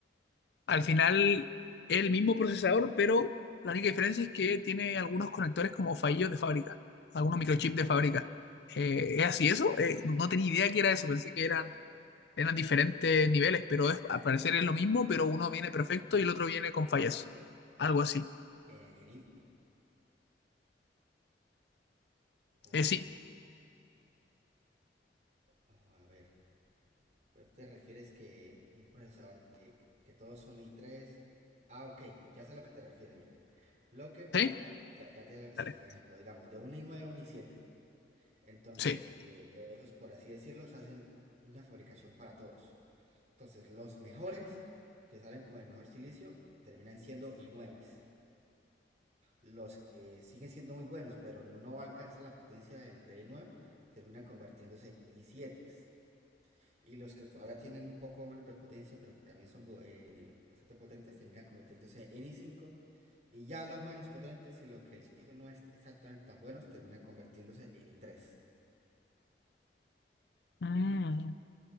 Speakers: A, on the left; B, on the right.
A: al final es el mismo procesador, pero la única diferencia es que tiene algunos conectores como fallidos de fábrica, algunos microchips de fábrica. Eh, ¿es así eso? Eh, no tenía idea que era eso, pensé que eran, eran diferentes niveles, pero es, al parecer es lo mismo, pero uno viene perfecto y el otro viene con fallas, algo así.
B: en, en Intel, o
A: Eh, sí,
B: o a ver. Pero te refieres que un procesador de que todos son i3. Ah, ok, ya sé a lo que te refieres, mira. Lo que pasa,
A: ¿Sí?
B: ya, ya te, sí,
A: Dale.
B: por ejemplo, digamos, de un i9 a un i7. Entonces,
A: Sí.
B: eh, ellos, por así decirlo, hacen una fabricación para todos. Entonces, los mejores, que salen con el mejor silicio, terminan siendo i9s. Los que siguen siendo muy buenos, pero no alcanzan la potencia del, del i9, terminan convirtiéndose en i7s. Y los que todavía tienen un poco menos de potencia, pero que también son eh, bastante potentes, terminan convirtiéndose en i5. Y ya los menos potentes y lo que el sitio no es exactamente tan buenos, terminan convirtiéndose en i3.
A: Mm,